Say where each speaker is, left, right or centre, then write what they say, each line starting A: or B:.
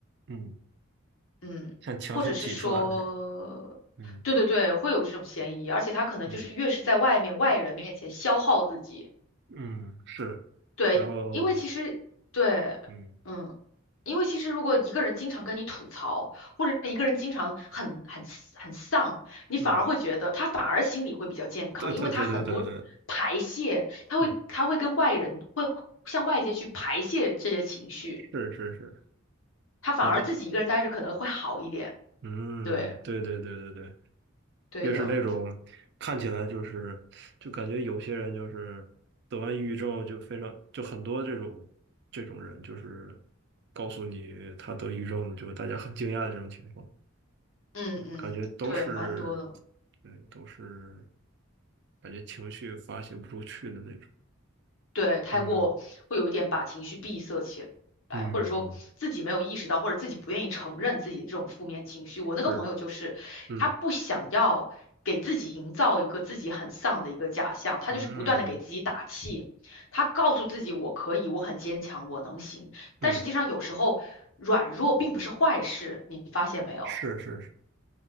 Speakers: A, on the right; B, on the left.
A: 嗯，
B: 嗯，
A: 像强行挤出来的那种，
B: 或者是说。
A: 嗯
B: 对对对，会有这种嫌疑，而且他可能就是越是在外面外人面前消耗自己，
A: 嗯嗯，是，
B: 对，
A: 然后
B: 因为其实对，
A: 嗯
B: 嗯，因为其实如果一个人经常跟你吐槽，或者是一个人经常很很很丧，你反而会觉得他反而心理会比较健康，
A: 嗯，对对对对对对，
B: 因为他很多排泄，他会他会跟外人会向外界去排泄这些情绪，
A: 嗯是是是，
B: 他反而自己一个人待着可能会好一点。
A: 他的。嗯，
B: 对，
A: 对对对对对，
B: 对的，
A: 越是那种看起来就是就感觉有些人就是得完抑郁症就非常就很多这种这种人就是告诉你他得抑郁症了，就大家很惊讶的这种情况，
B: 嗯嗯，
A: 嗯感觉都是
B: 对，蛮多的。
A: 对都是感觉情绪发泄不出去的那种。
B: 对，太过会有一点把情绪闭塞起来，
A: 嗯嗯嗯，
B: 或者说自己没有意识到，或者自己不愿意承认自己的这种负面情绪。我那个朋友就是，
A: 是，嗯
B: 他不想要给自己营造一个自己很丧的一个假象，他就是不断的给自己打气，
A: 嗯
B: 他告诉自己我可以，我很坚强，我能行。但实际上有时候软弱并不是坏事，
A: 嗯，
B: 你发现没有？
A: 是是